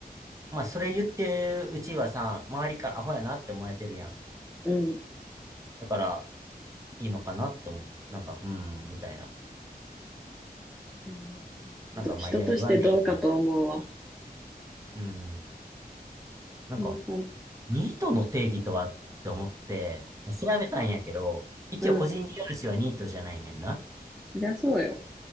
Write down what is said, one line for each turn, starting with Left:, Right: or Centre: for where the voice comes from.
Right: まあ、それ言ってるうちはさ、周りからアホやなって思われてるやん。
Centre: うん。
Right: だから、いいのかなって思う。なんか、うん、みたいな。
Centre: うん
Right: なんか、
Centre: ど人としてどうかと思うわ。
Right: まあ、いや、言わんでいいと思う。うん。なんか、
Centre: うんさ、
Right: ニートの定義とはって思って、調べたんやけど、一応個人事業主はニートじゃないねんな。
Centre: うん、そりゃそうよ。